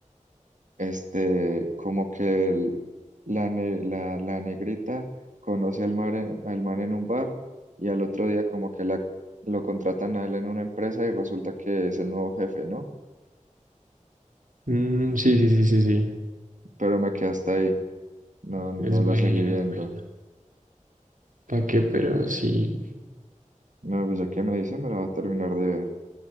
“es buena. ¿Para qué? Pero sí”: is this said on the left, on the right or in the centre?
Right